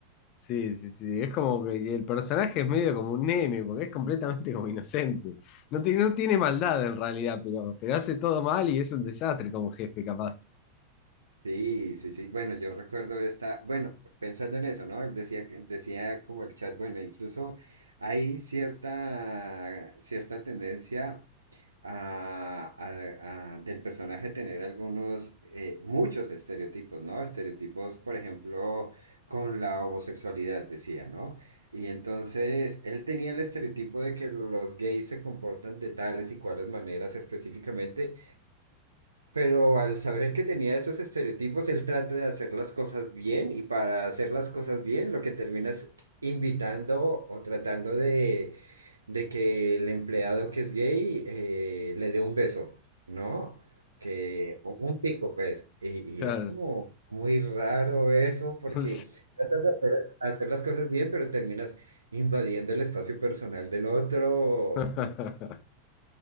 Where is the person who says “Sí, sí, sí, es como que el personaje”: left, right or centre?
Left